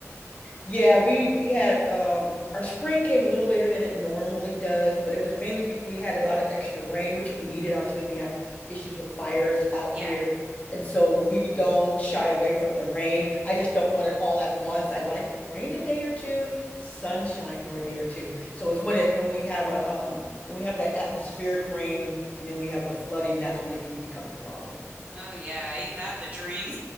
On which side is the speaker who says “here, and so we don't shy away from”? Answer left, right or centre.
Left